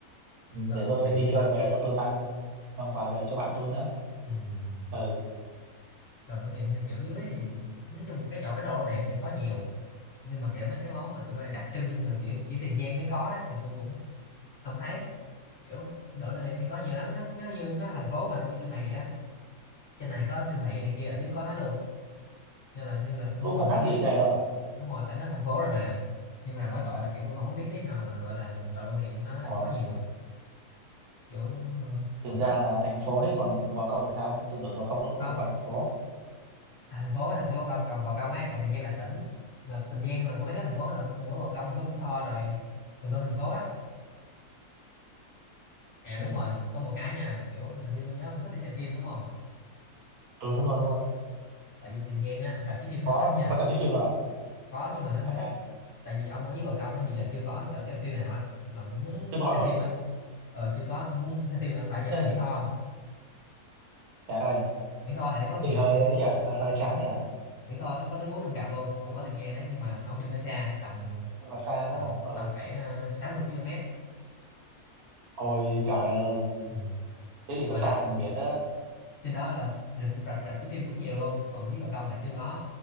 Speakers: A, on the right; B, on the left.
A: ừ,
B: đồ
A: để
B: lưu
A: tôi
B: niệm
A: đi chơi
B: hả
A: về xong tôi mang mang quà về cho bạn tôi nữa
B: ừ.
A: ừ
B: đồ lưu niệm theo kiểu dưới thì nói chung cái chỗ bán đồ lưu niệm thì có nhiều nhưng mà kiểu mấy cái món mà kiểu là đặc trưng là kiểu chỉ Tiền Giang mới có á, thì tôi cũng không thấy kiểu đồ lưu niệm thì có nhiều lắm nó nó như nó thành phố mà nó như trên này vậy đó trên này có siêu thị này kia ở dưới có hết luôn nên là nên là ông
A: cũng
B: mua
A: không
B: thoải
A: khác
B: mái
A: gì cho này đâu à
B: đúng rồi tại nó thành phố rồi mà nhưng mà mỗi tội là kiểu tôi không có biết cái nào mà gọi là đồ lưu niệm nó
A: Ủa,
B: có nhiều kiểu ờ,
A: Tiền
B: cũng
A: Giang
B: ít
A: là thành phố thế còn Gò Công thì sao tôi tưởng Gò Công nó cũng
B: không
A: cũng là thành phố
B: À, thành phố thành phố Gò Gò, Gò Công ấy còn Tiền Giang là tỉnh mà Tiền Giang là có mấy cái thành phố lận thành phố Gò Công thành phố Mỹ Tho rồi tùm lum thành phố á à
A: ừ.
B: đúng rồi có một cái nha kiểu hình như tôi nhớ ông thích đi xem phim đúng không
A: ừ đúng rồi đúng rồi
B: tại vì Tiền Giang á rạp chiếu phim nó
A: có
B: hơi ít nha
A: có tập chí phim rồi
B: có nhưng mà nó hơi
A: à
B: ít tại vì ông ở dưới Gò Công á thì giờ chưa có cái phim nào á mà muốn
A: tôi có
B: xem
A: luôn
B: phim á ờ chưa có ông muốn xem phim thì ông phải trở
A: nên
B: lên Mỹ Tho
A: trời ơi
B: Mỹ Tho thì lại có nhiều
A: thì hơi
B: Mỹ
A: ấy nhỉ hơi hơi chán
B: Mỹ
A: nhỉ
B: Mỹ Tho tới có tới bốn năm rạp luôn cũng ở Tiền Giang đấy nhưng mà ông đi hơi xa tầm
A: nhưng mà xa đúng
B: tầm
A: không ờ
B: tầm khoảng ờ, 60 km
A: Ôi trời ơi,
B: ừ.
A: thế thì có
B: mà
A: xa
B: rạp
A: hơn biển á.
B: trên đó là rạp rạp rạp chiếu phim rất nhiều luôn còn dưới Gò Công lại chưa có